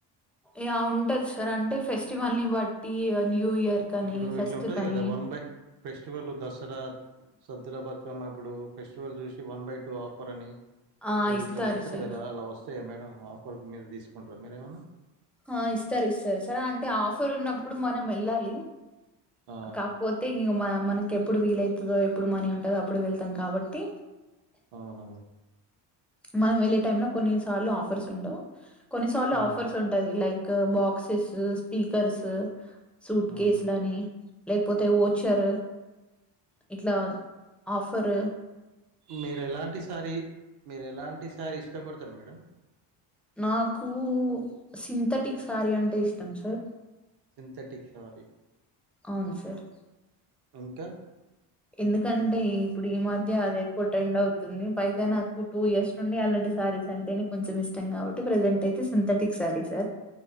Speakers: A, in the centre; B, on the right (about 55°).
A: ఏ ఆ ఉంటది సార్ అంటే ఫెస్టివల్ని బట్టి న్యూ ఇయర్ కని
B: ఇప్పుడు
A: ఫెస్ట్
B: ఇట్లా ఉంటది
A: కని
B: కదా వన్ బై ఫెస్టివల్ దసరా సద్దులాబాద్ సో మ ఇప్పుడు ఫెస్టివల్ చూసి వన్ బై టూ ఆఫర్ అని
A: ఆ ఇస్తారు
B: ఇట్లా పెడతాారు
A: సార్
B: కదా అలా వస్తాయా మేడ ఆఫర్ మీరు తీసుకుంటారా మీరేమన్నా
A: ఆ ఇస్తారు ఇస్తారు సర అంటే ఆఫర్ ఉన్నప్పుడు మనం వెళ్ళాలి
B: ఆ!
A: కాకపోతే ఇ మ మనకి ఎప్పుడు వీలవుతుందో ఎప్పుడు మనీ ఉంటందో అప్పుడు వెళ్తాం కాబట్టి
B: అవునవును
A: మనం వెళ్ళే టైమ్ లో కొన్ని సార్లు ఆఫర్స్ ఉండవు కొన్నిసార్లు
B: హ్మ్.
A: ఆఫర్స్ లక్ బాక్సెస్ స్పీకర్స్ సూట్
B: హ్మ్.
A: కేసులాని లేకపోతే ఓచ్చారు. ఇట్లా ఆఫ్. తరు
B: మీరేలంటి సారి మీరు ఎలాంటి సారి ఇష్టపడుతు సరే మేడం
A: నాకు సింథెటిక్ శారీ అంటే ఇష్టం సార్
B: సింతెటిక్ సారి
A: అవును సార్
B: ఇంకా
A: ఎందుకంటే ఇప్పుడు ఈ మధ్య అది ఎక్కువ టెండ్ అవుతుంది పైగా నాకు టూ ఇయర్స్ నుండి అలాంటి శారీస్ అంటే నకు కొంచెం ఇష్టం కాబట్టి ప్రజెంట్ అయితే సింథటిక్ శారీ సార్